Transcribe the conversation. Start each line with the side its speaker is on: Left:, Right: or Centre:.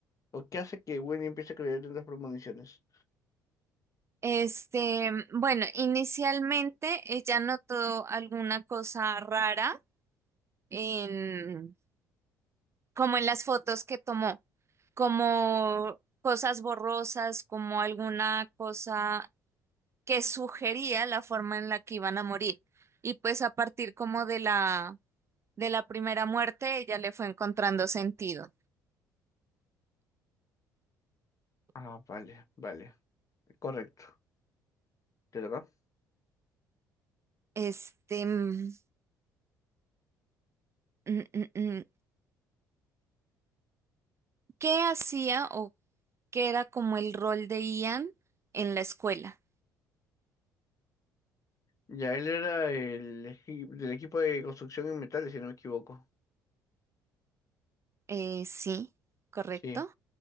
Left: ¿O qué hace que Wendy empiece a creer en las premoniciones?
Right: Este, bueno, inicialmente ella notó alguna cosa rara en, como en las fotos que tomó, como cosas borrosas, como alguna cosa que sugería la forma en la que iban a morir. Y pues a partir como de la, de la primera muerte, ella le fue encontrando sentido.
Left: Ah, vale, vale, correcto. ¿Te toca?
Right: Este, mm, mm, mm, mm. ¿qué hacía o qué era como el rol de Ian en la escuela?
Left: Ya él era el equi- del equipo de construcción en metales, si no me equivoco.
Right: Eh, sí, correcto.
Left: Sí.